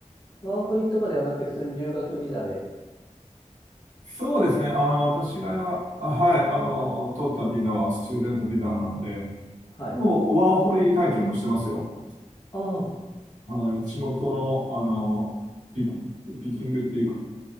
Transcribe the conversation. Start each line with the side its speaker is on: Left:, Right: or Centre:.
Left: ワーホリとかではなくて普通に留学ビザで
Right: そうですね。
Left: 行かれた。
Right: あの、私が、あ、はい、あの、取ったビザはスチューデントビザなんで、
Left: はい。
Right: でも、ワーホリ体験もしてますよ。
Left: ああ、
Right: はい、地元の、あの、ピ、ピッキングっていうか、